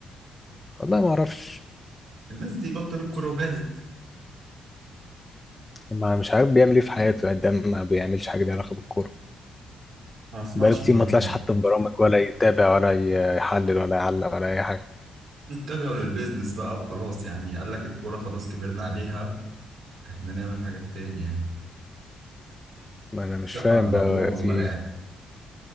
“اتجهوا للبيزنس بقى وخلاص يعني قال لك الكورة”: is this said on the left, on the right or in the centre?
Right